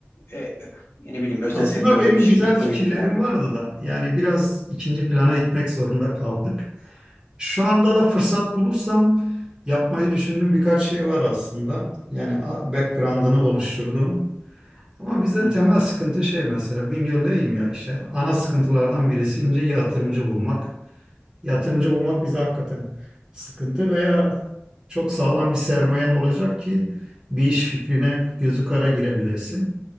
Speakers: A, on the left; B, on the right.
A: e, ne bileyim özel
B: Aslında
A: sektörde
B: benim
A: bir şirket
B: güzel
A: kurayım
B: fikirlerim
A: falan diye.
B: vardı da yani biraz ikinci plana itmek zorunda kaldık. Şu anda da fırsat bulursam yapmayı düşündüğüm birkaç şey var aslında. Yani a- background'ını oluşturdum. Ama bize
A: Hı hı.
B: temel sıkıntı şey mesela Bingöl'deyim ya işte ana sıkıntılardan birisi ince yatırımcı bulmak. Yatırımcı bulmak bize hakikaten sıkıntı veya çok sağlam bir sermayen olacak ki bir iş fikrine gözü kara girebilesin.